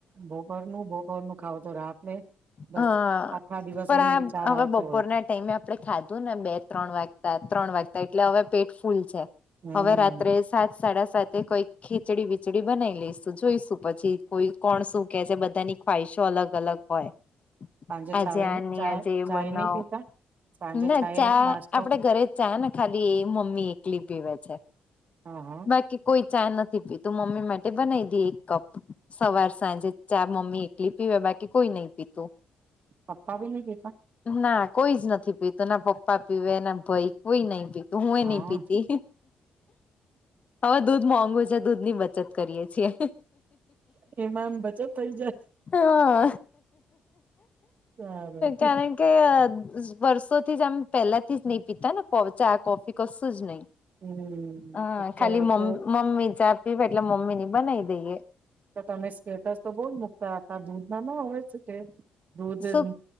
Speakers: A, on the right; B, on the left.
A: બોપોરનું બપોરનું ખાવ તો રાતને બસ
B: હા
A: આખા દિવસ
B: પણ
A: એ વિચાર
B: આ હવે
A: આવતો
B: બપોરને
A: હોય
B: ટાઈમે આપડે ખાધું ને બે ત્રણ વાગતા ત્રણ વાગતા એટલે હવે પેટ ફૂલ છે.
A: હમ
B: હવે રાત્રે સાત સાડા સાતે કોઈક ખીચડી બીચડી બનાવી લઈશું જોઈશું પછી કોઈ કોણ શું કે છે બધાની ખ્વાિશો અલગ અલગ હોય
A: સાંજે
B: આજે
A: ચાય
B: આની
A: ની ચાય
B: આજે એ
A: ચાય
B: બનાવ
A: નહી પીતા સાંજે
B: ના
A: ચાય
B: ચા
A: નાસ્તો
B: આપડે ઘરે ચા ને ખાલી એ મમ્મી એકલી પીવે છે.
A: હા હા
B: બાકી કોઈ ચા નથી પી તું મમ્મી માટે બનાવી દે એક કપ સવાર સાંજે ચા મમ્મી એકલી પીવે બાકી કોઈ નહી પીતું
A: પપ્પા ભી નહીં પીતા
B: ના કોઈ જ નથી પીતું ના પપ્પા પીવે ના ભાઈ કોઈ નઈ પીતુ તો હું એ
A: હા
B: નહી પીતી હવે દૂધ મોંઘુ છે દૂધ ની બચત કરીએ છીએ
A: એમાં એમ બચત થઈ જાય
B: હા
A: સારું
B: કારણ કે વર્ષોથી જ આમ પેલા થી જ નહી પીતા ને ચા કોફી કશું જ નહી
A: હમ
B: હા ખાલીમ્ મમ્મી ચા પીવે એટલે મમ્મી ની બનાવી દઈએ
A: તો તમે સ્કેટસ તો બો જ મૂકતા હતા દૂધમાં ના હોય કે દૂધ અ
B: શું